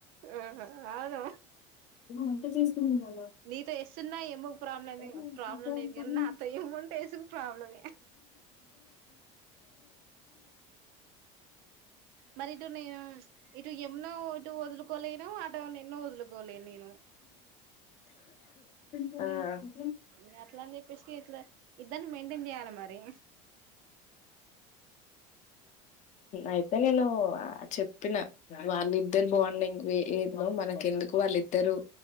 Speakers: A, on the right (about 70°); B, on the left (about 45°).
A: ఆహా అవును
B: వంట చేసుకొని తినాలా.
A: నీతో ఎస్సున్నా ఏమో ప్రాబ్లమే
B: <unintelligible> ఉమ్
A: ప్రాబ్లం లేదు కానీ నాతో ఏముంటే ఎసుగు ప్రాబ్లమే మరి ఇటు నేను ఇటు యమున ఇటు వదులుకోలేను అటు నిన్ను వదులుకోలేను నేను
B: <unintelligible> ఆ
A: గట్లా అని చెప్పేస్తే గిట్లా ఇద్దరిన్ని మెయింటెన్ చేయాలమరి
B: అయితే నేను చెప్పిన వాళ్ళిద్దరు బాండింగ్ ఏదో మనకెందుకు వాళ్ళద్దరు ఇద్దరు